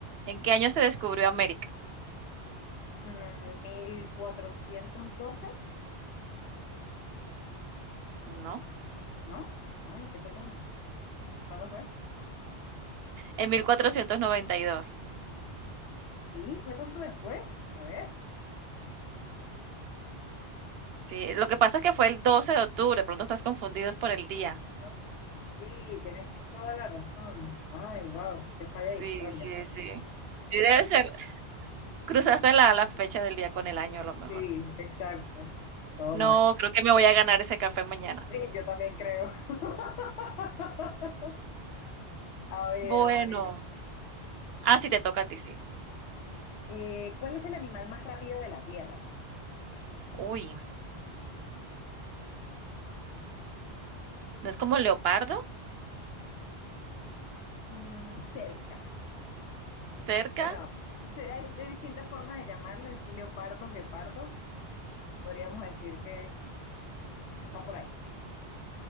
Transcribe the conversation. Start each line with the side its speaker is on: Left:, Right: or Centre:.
Right: ¿En qué año se descubrió América?
Left: mm, 1412,
Right: ¿No?
Left: ¿no? Ay, qué pelón. ¿Cuándo fue?
Right: En 1492.
Left: Sí, fue tanto después. A ver.
Right: Sí, lo que pasa es que fue el 12 de octubre, de pronto estás confundidos por el día.
Left: Ah, Sí, tienes toda la razón. Ay, wow, qué falla
Right: Sí,
Left: de historia.
Right: sí, sí. Sí, debe ser. Cruzaste la la fecha del día con el año, a lo mejor.
Left: Sí, exacto. Todo mal.
Right: No, creo que me voy a ganar ese café mañana.
Left: Sí, yo también creo. <laughs> A ver,
Right: Bueno.
Left: a ver.
Right: Ah, sí, te toca a ti, sí.
Left: Eh, ¿cuál es el animal más rápido de la Tierra?
Right: Uy, ¿no es como leopardo?
Left: Mm, cerca.
Right: ¿Cerca?
Left: Bueno, se- hay, hay distintas formas de llamarlo. Es leopardo, guepardo. Podríamos decir que va por ahí.